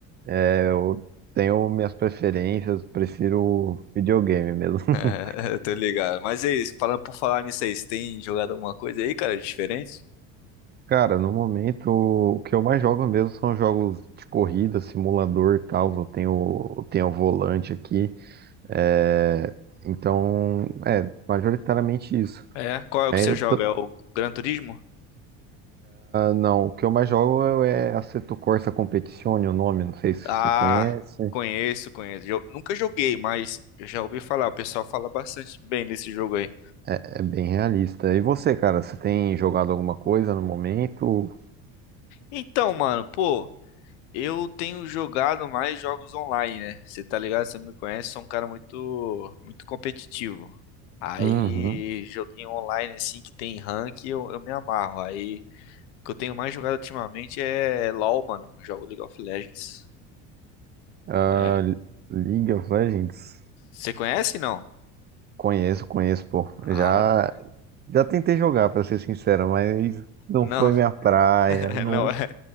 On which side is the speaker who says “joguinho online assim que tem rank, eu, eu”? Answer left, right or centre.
Left